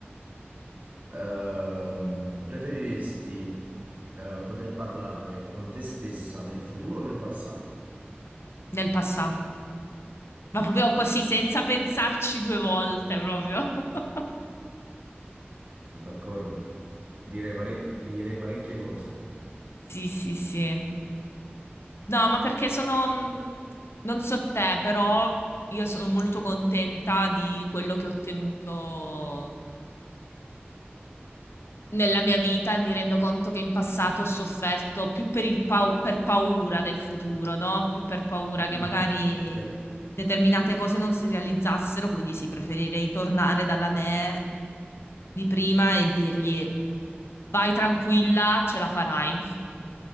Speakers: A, on the right; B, on the left.
A: ehm, preferiresti eh, poter parlare con te stessa nel futuro o nel passato?
B: nel passato. Ma proprio così, senza pensarci due volte, proprio. <laughs>
A: Sono d'accordo. Direi pare- gli direi parecchie cose.
B: Sì, sì, sì. No, ma perché sono, mh, non so te, però io sono molto contenta di quello che ho ottenuto nella mia vita e mi rendo conto che in passato ho sofferto più per, il pau- per paura del futuro, no? Più per paura che
A: Mm.
B: magari
A: Certo,
B: determinate cose non si realizzassero, quindi sì, preferirei tornare dalla me di prima e dirgli vai tranquilla, ce la farai.